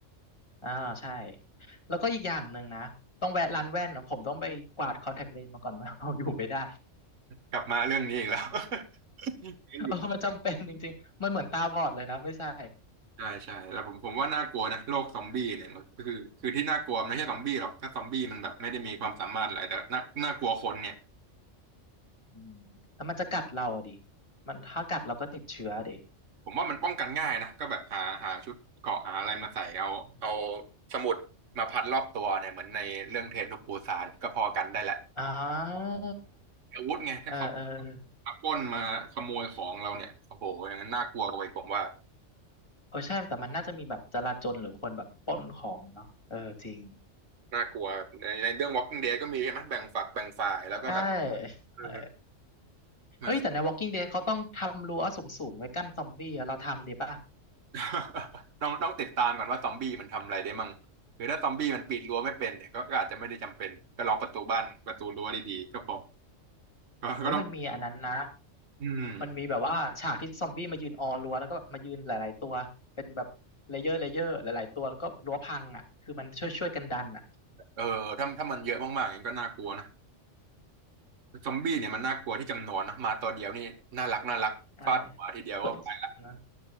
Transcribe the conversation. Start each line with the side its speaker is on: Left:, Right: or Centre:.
Left: อ่าใช่ แล้วก็อีกอย่างหนึ่งนะ ต้องแวะร้านแว่นนะผมต้องไปกวาดคอนแทคเลนส์มาก่อนว่า <laughs> เอาอยู่ไม่ได้
Right: กลับมาเรื่องนี้อีกแล้ว <laughs> ยังอยู่
Left: เออมันจำเป็นจริงๆมันเหมือนตาบอดเลยนะไม่ใช่
Right: ใช่ใช่แล้วผมผมว่าน่ากลัวนะโลกซอมบี้เนี่ยมันคือคือที่น่ากลัวมันไม่ใช่ซอมบี้หรอกถ้าซอมบี้มันแบบไม่ได้มีความสามารถอะไรแต่น่าน่ากลัวคนเนี่ย
Left: อืมแล้วมันจะกัดเราอะดิ มันถ้ากัดเราก็ติดเชื้อดิ
Right: ผมว่ามันป้องกันง่ายนะก็แบบหาหาชุดเกราะหาอะไรมาใส่เอาเอา
Left: อืม
Right: สมุดมาพันรอบตัวเนี่ยเหมือนในเรื่องเทรนทูปูซานก็พอกันได้ละ
Left: อ่า
Right: อาวุธไงถ้าเขา
Left: เออ เออเ
Right: มาปล้นมาขโมยของเราเนี่ยโอ้โหอย่างนั้นน่ากลัวกว่าอีกผมว่า
Left: ออใช่ แต่มันน่าจะมีแบบจลาจลหรือคนแบบปล้นของเนาะเออ จริง
Right: น่ากลัวในในเรื่อง Walking Dead ก็มีใช่ไหมแบ่งฝักแบ่งฝ่ายแล้วก็แบบ
Left: ใช่
Right: เออ
Left: เออ
Right: มา
Left: เฮ้ยแต่ใน Walking Dead เขาต้องทำรั้วสูงๆไว้กั้นซอมบี้อะเราทำดีป่ะ
Right: <laughs> ต้องต้องติดตามก่อนว่าซอมบี้มันทำอะไรได้มั่งหรือถ้าซอมบี้มันปีนรั้วไม่เป็นเนี่ยก็ก็อาจจะไม่ได้จำเป็นก็ล็อกประตูบ้านประตูรั้วดีๆก็พอก็ก็ต้อง
Left: โอ้ยมันมีอันนั้นนะ
Right: อืม
Left: มันมีแบบว่าฉากที่ซอมบี้มายืนออรั้วแล้วก็แบบมายืนหลายๆตัว เป็นแบบเลเยอร์เลเยอร์หลายๆตัวแล้วก็รั้วพังอ่ะคือมันช่วยช่วยกันดันอ่ะ
Right: เออถ้าถ้ามันเยอะมากๆอย่างนั้นก็น่ากลัวนะซอมบี้เนี่ยมันน่ากลัวที่จำนวนนะมาตัวเดียวนี่น่ารักน่ารักฟาดหัวทีเดียวก็ไปละ
Left: ใช่ตัวเองนะ